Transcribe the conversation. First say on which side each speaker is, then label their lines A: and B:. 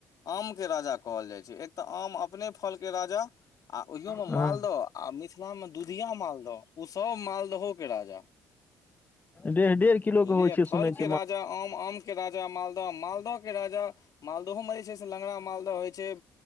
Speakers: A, on the left; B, on the left.
A: आमके राजा कहल जाइ छै एक तऽ आम अपने फलके राजा, आ ओहियोमे
B: हँ
A: मालद आ मिथिलामे दुधिया मालद ओ सब मालदहो के राजा।
B: डेढ़ डेढ़ किलो
A: बुझलियै
B: के होइ छै
A: फल
B: सुनै
A: के
B: छी?
A: राजा आम, आम के राजा मालदह, मालदह के राजा मालदहो मे जे छै से लंगरा मालद होइ छै,